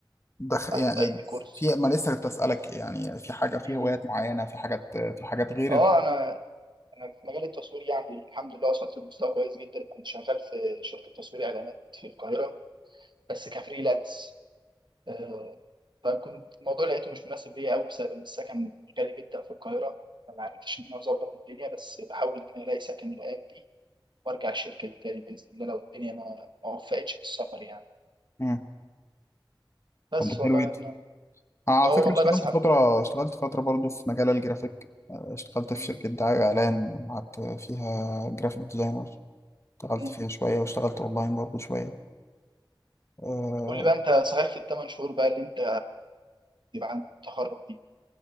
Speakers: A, on the left; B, on the right.
A: دخ... يعني
B: آخد أي كورس
A: في ما لسه كنت اسالك يعني في حاجه في
B: مم.
A: هوايات معينه في حاجات في حاجات غير
B: آه
A: الح...
B: أنا أنا في مجال التصوير يعني الحمد لله وصلت لمستوى كويس جدا كنت شغال في شركة تصوير إعلانات في القاهرة بس كفريلانس آه، فكنت الموضوع لقيته مش مناسب ليا قوي بسبب ان السكن غالي جدا في القاهره فما عرفتش ان انا اظبط الدنيا بس بحاول ان انا الاقي سكن الايام دي وارجع الشركه دي تاني باذن الله لو الدنيا ما ما وفقتش في السفر يعني
A: مم.
B: بس
A: طب ده
B: والله
A: حلو
B: انا
A: على
B: هو
A: فكرة
B: والله
A: اشتغلت
B: بسعى
A: فترة
B: في كده
A: اشتغلت فترة برضو في مجال الجرافيك آه، اشتغلت في
B: مم.
A: شركة دعاية وإعلان قعدت فيها جرافيك ديزاينر اشتغلت
B: مم.
A: فيها شوية واشتغلت أونلاين برضو شوية أه
B: قول لي بقى انت صحيح في الثمان شهور بقى اللي انت يبقى عند التخرج دي